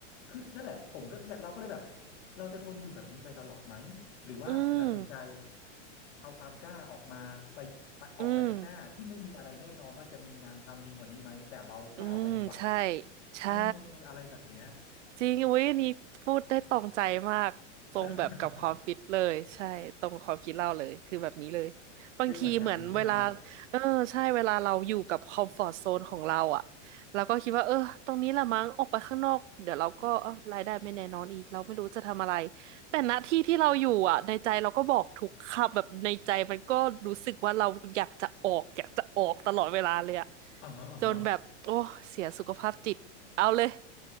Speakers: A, on the left; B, on the right.
A: คือนั่นแหละผมก็เราก็เลยแบบเราจะทนอยู่แบบนี้ไปตลอดไหมหรือว่าจะตัดสินใจ
B: อืม
A: เอาความกล้าออกมาไปไปออกไปข้างหน้าที่ไม่มีอะไรแน่นอนว่าจะมีงานทำดีกว่านี้ไหมแต่เรากล้าออกไปดีกว่า
B: อืมอืมใช่ใช่
A: เอออะไรแบบเนี้ย
B: จริงอุ้ยอันนี้พูดได้ตรงใจมากตรงแบบกับความฟิตเลยใช่ตรงความคิดเราเลยคือแบบนี้เลย
A: <laughs>
B: บางทีเหมือนเวลา
A: เจอเหมือนกันใช่ไหม
B: เออใช่เวลาเราอยู่กับคอมฟอร์ z โซนของเราอ่ะเราก็คิดว่าเออตรงนี้ละมั้งออกไปข้างนอกเดี๋ยวเราก็เออรายได้ไม่แน่นอนอีกเราไม่รู้จะทำอะไรแต่ณที่ที่เราอยู่อ่ะในใจเราก็บอกทุกคำแบบในใจมันก็รู้สึกว่าเราอยากจะออกอยากจะออกตลอดเวลาเลยอ่ะ
A: อ่าฮะอ่าฮะ
B: จนแบบโอ้เสียสุขภาพจิตเอาเลย